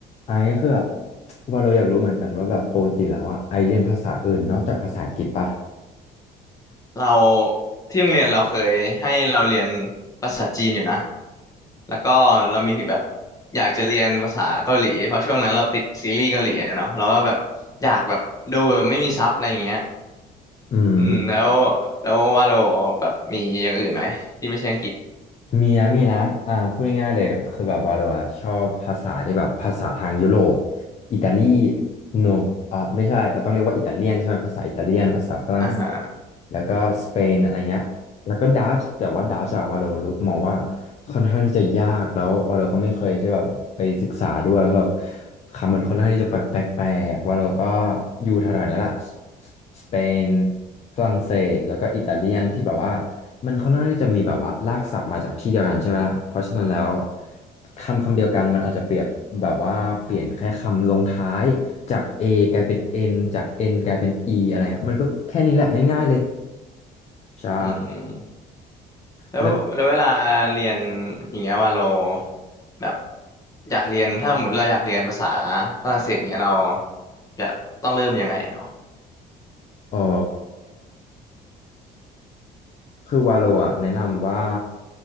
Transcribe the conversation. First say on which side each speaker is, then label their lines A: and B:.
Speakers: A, on the left; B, on the left.
A: ไอซ์คือแบบว่าเราอยากรู้เหมือนกันว่าแบบปกติแล้วอะไอซ์เรียนภาษาอื่นนอกจากภาษาอังกฤษปะ
B: เราที่โรงเรียนเราเคยให้เราเรียนภาษาจีนอยู่นะแล้วก็เรามีแบบอยากจะเรียนภาษาเกาหลีเพราะช่วงนั้นเราติดซีรีส์เกาหลีอะเนาะเราก็แบบอยากแบบดูแบบไม่มีซับอะไรอย่างเงี้ย
A: อืม
B: อืมแล้วแล้วว่าเราแบบมีอย่างอื่นไหมที่ไม่ใช่อังกฤษ
A: มีนะมีนะอ่าพูดง่ายๆเลยคือแบบว่าเราอะชอบภาษาที่แบบภาษาทางยุโรปอิตาลีโนอ่าไม่ใช่เราต้องเรียกว่าอิตาเลียนใช่ไหมภาษาอิตาเลียนภาษาฝรั่งเศส
B: อ่าฮะ
A: แล้วก็สเปนอะไรเงี้ย แล้วก็ดัชแต่ว่าดัชอะวาโลรูมองว่าค่อนข้างที่จะยากแล้ววาโลก็ไม่เคยใช่แบบไปศึกษาด้วยครับบคำมันค่อนข้างที่จะแปลกแปลกวาโลก็อยู่แถวๆเนี้ยแหละสสสเปนฝรั่งเศสแล้วก็อิตาเลียนที่แบบว่ามันค่อนข้างที่จะมีแบบว่ารากศัพท์มาจากที่เดียวกันใช่ไหมล่ะเพราะฉะนั้นแล้วคำคำเดียวกันมันอาจจะเปรียบแบบว่าเปลี่ยนแค่คำลงท้ายจาก A กลายเป็น N จาก N กลายเป็น E อะไรเงี้ยมันก็แค่นี้แหละง่ายๆเลยใช่
B: อืมแล้วแล้วเวลาเรียน
A: แล้ว
B: อย่างเงี้ยว่าเราแบบอยากเรียนถ้าสมมติเราอยากเรียนภาษาฝรั่งเศสเงี้ยเราแบบต้องเริ่มยังไงอ่ะ
A: อ๋อคือวาโลอะแนะนำว่า